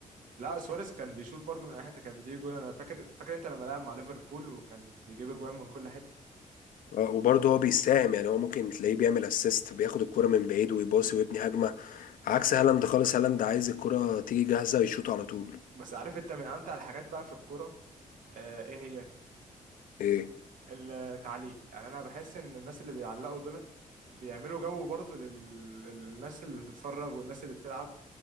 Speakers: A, on the right; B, on the left.
A: لا سواريز كان بيشوط برضو من اي حته كانت بتيجي جون انا فاكر فاكر انت لما لعب مع ليفربول وكان بيجيب اجوان من كل حته
B: آه، وبرضه هو بيساهم يعني هو ممكن تلاقيه بيعمل اسيست بياخد الكرة من بعيد ويباصي ويبني هجمة عكس هالاند خالص هالاند عايز الكرة تيجي جاهزة يشوط على طول
A: بس عارف انت من امتع الحاجات بقى في الكوره آه ايه هي
B: ايه
A: التعليق يعني انا بحس ان الناس اللي بيعلقوا دول بيعملوا جو برضو لل- للناس اللي بتتفرج والناس اللي بتلعب